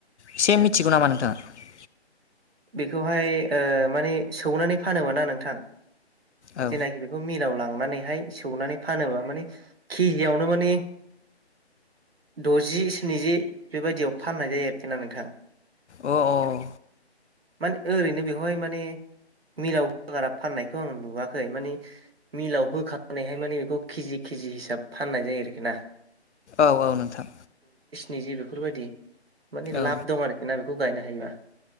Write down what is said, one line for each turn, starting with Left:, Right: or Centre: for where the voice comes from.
Left: एसे मिथिगौ नामा नोंथाङा
Right: बेखौहाय ओ माने सौनानै फानोमोनना नोंथां
Left: औ
Right: जेनाखि बेखौ मिलााव लां- नानैहाय सौनानै फानोबा माने केजियावनो माने द'जि स्निजि बेबायदियाव फाननाय जायो आरोखि ना नोंथां
Left: अ औ
Right: माने ओरैनो बेखौहाय माने मिलाव होआगारा फाननायखौ आं नुवाखै माने मिलाव होखानानैहाय माने बेखौ केजि खि- केजि हिसाब फाननाय जायो आरोखि ना
Left: औ औ नोंथां
Right: नैजि बेफोरबायदि माने लाब
Left: औ
Right: दं आरोखि ना बेखौ गायनो हायोबा